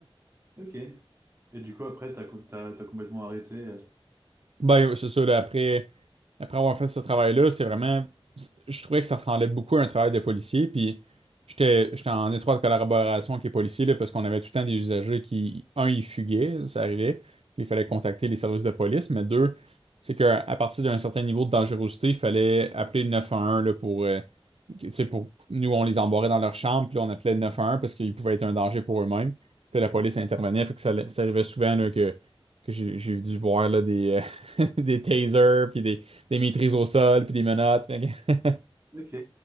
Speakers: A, on the right (about 25°); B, on the right (about 80°).
A: Ok. Et du coup, après, t'as co- t'as- t'as complètement arrêté. euh.
B: Ben, ouais, c'est sûr, après, après avoir fait ce travail-là, c'est vraiment, je trouvais que ça ressemblait beaucoup à un travail de policier, puis j'étais, j'étais en étroite collaboration avec les policiers, là, parce qu'on avait tout le temps des usagers qui, un, ils fuguaient, ça arrivait, il fallait contacter les services de police, mais deux, c'est qu'à partir d'un certain niveau de dangerosité, il fallait appeler le 911, là, pour, euh, que- tu sais, pour, nous, on les embarrait dans leur chambre, puis là, on appelait
A: ouais.
B: le 911 parce qu'ils pouvaient être un danger pour eux-mêmes, puis la police intervenait, fait que ça, ça arrivait souvent, là, que que j'ai j'ai dû voir là, des, euh, <laughs> des tasers, puis des, des maîtrises au sol, puis des menottes. Fait que- <laughs>
A: Ok.